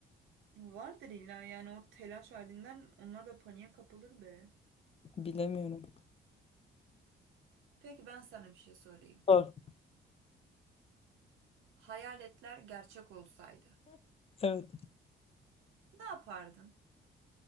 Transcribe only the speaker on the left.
Bilemiyorum.
Doğru.
Evet.